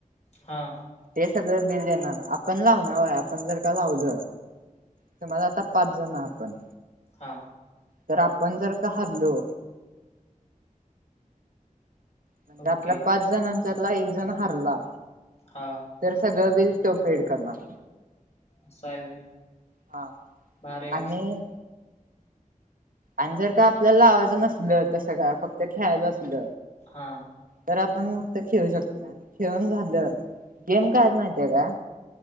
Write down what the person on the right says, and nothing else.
ते सगळं बिल देणार आपण लवण्यावर आहे आपण जर का लावल ते मझ आता पाच जण आपण
तर आपण जर का हल्लो म्हणजे
आपल्या पाच जणांच्यातला एक जण हरला
तर सगळं बिल तो पेड करणार
हा
आणि आणि जर का आपल्याला आवायजं नसल तसं का फक्त खेळायचं असल
तर आपण नुसत खेळू शकतोय आणि खेळून झालं गेम कायत माहिितय का